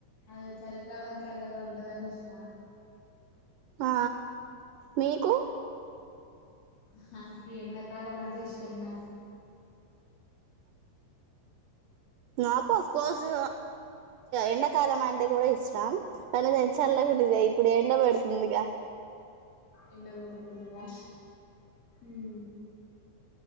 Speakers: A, on the left; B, on the right.
A: అది చలికాలం చల్లగా ఉంటదని ఇష్ వన్
B: ఆ నీకు
A: హ నాకు ఎండకాలం అంటే ఇష్టం నాకు
B: నాకు అఫ్కోర్సు ఎండాకాలం అంటే కూడా ఇష్టం కానీ ద చల్లగా ఉండది ఇప్పుడు ఎండ పడుతుందిగా
A: ఎండకొడుతుందిగా ఊ....